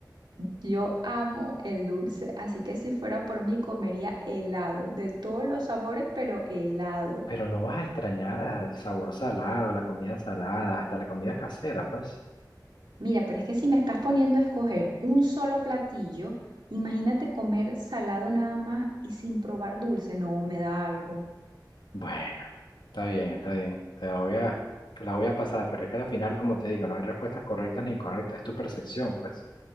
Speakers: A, on the right; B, on the left.
A: Yo amo el dulce, así que si fuera por mí comería helado, de todos los sabores, pero helado.
B: Pero no vas a extrañar a- el sabor salado, la comida salada, hasta la comida casera, pues.
A: Mira, pero es que si me estás poniendo a escoger un solo platillo, imagínate comer salado nada más y sin probar dulce, no me da algo.
B: Bueno, está bien, está bien. Te la voy a, te la voy a pasar, pero es que al final, como te digo, no hay respuestas correctas ni incorrectas. Es tu percepción, pues.